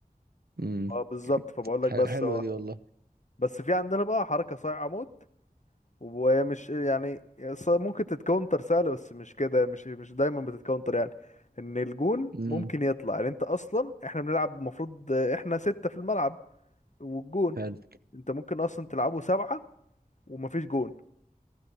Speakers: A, on the right (about 80°); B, on the left (about 50°).
A: مم.
B: اه بالظبط فبقول لك
A: حل-
B: بس
A: حلوه
B: هو
A: دي والله
B: بس في عندنا بقى حركة صايعة موت وهي مش يعني ص- ممكن تتكونتر سهلة بس مش كده مش مش دايما بتتكونتر يعني ان الجون
A: مم.
B: ممكن يطلع يعني انت اصلا احنا بنلعب المفروض احنا ستة في الملعب والجون
A: حلو
B: انت ممكن اصلا تلعبه سبعة ومفيش جون